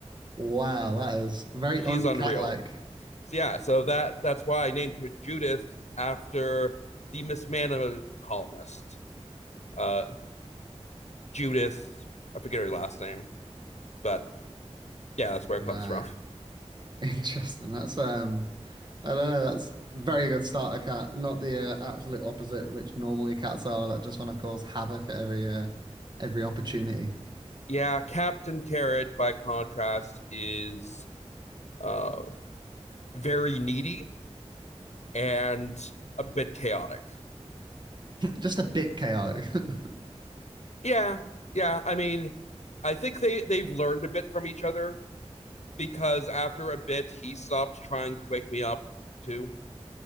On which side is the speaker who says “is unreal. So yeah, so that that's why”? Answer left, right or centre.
Left